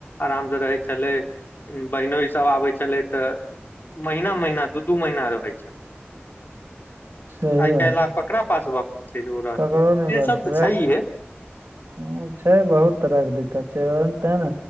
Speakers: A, on the left; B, on the right.
A: आराम से रहै छलै बहिनो सब आबै छलै तऽ महीना महिना दू दू महीना रहै छलेय
B: सही
A: आइ
B: बात
A: काल्हि
B: छै
A: आब ककरा पास वापस छै जे ओ रहत
B: ककरो नहि
A: से
B: बात
A: सब
B: छै
A: तऽ
B: वएह
A: छैहे
B: हुँ छै बहुत तरहके दिक्कत छै ओन तें ने